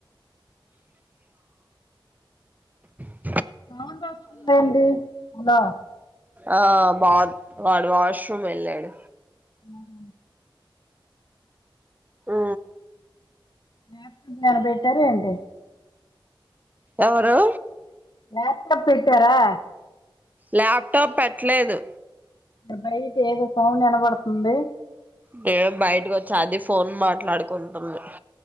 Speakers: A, on the right; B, on the left.
A: <unintelligible>
B: న్నా అడి హద <unintelligible>
A: ఆ బా వాడు వాష్ రూమ్ వెళ్ళాడు
B: ఆ హ
A: ఆ
B: మ <unintelligible> టిఫిన్ ఏమన్నా బెట్టారా ఏంటి
A: ఎవరు
B: <unintelligible> నత్ర పెట్టారా
A: ల్యాప్టాప్ పెట్టలేదు
B: మరి బయట ఏదో సౌండ్ వినబడుతుంది
A: నేను బయటకి వచ్చా అది ఫోన్ మాట్లాడుకుంటుంది